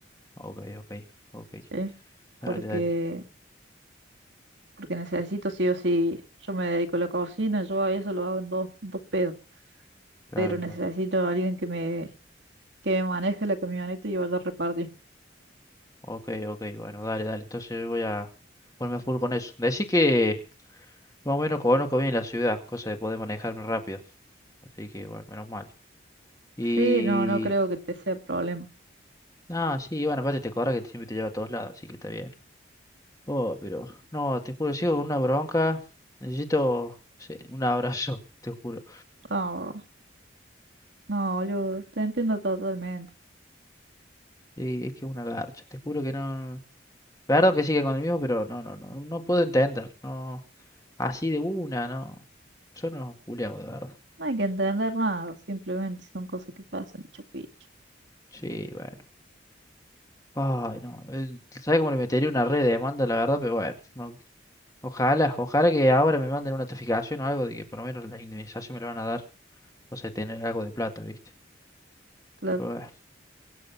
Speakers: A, on the left; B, on the right.
A: ok, ok, ok,
B: ¿sí?
A: dale,
B: Porque,
A: dale,
B: porque necesito sí o sí, yo me dedico a la cocina, yo a eso lo hago en dos, dos pedos,
A: claro,
B: pero necesito
A: claro.
B: a alguien que me, que me maneje la camioneta y vaya a repartir.
A: Ok, ok, bueno, dale, dale. Entonces voy a ponerme a full con eso. Decí que más o menos conozco bien la ciudad, cosa de poder manejarme rápido. Así que, bueno, menos mal. Y...
B: Sí, no, no creo que te sea problema.
A: Ah, sí, bueno, aparte te corre que siempre te lleva a todos lados, así que está bien. Oh, pero... No, te juro, sigo con una bronca. Necesito, sí, un abrazo, <laughs> te juro.
B: No, no, yo te entiendo totalmente.
A: Y es que es una garcha, te juro que no... Claro que sigue con el mismo, pero no, no, no, no puedo entender. No, así de una, no. Yo no, Julián, de verdad.
B: No hay que entender nada, simplemente son cosas que pasan, chupicho.
A: Sí, bueno. Ay, no. eh, ¿Sabe cómo le metería una red de demanda, la verdad? Pero bueno, no- ojalá, ojalá que ahora me manden una notificación o algo de que por lo menos la indemnización me la van a dar. O sea, tener algo de plata, ¿viste?
B: Claro.
A: Pero bueno,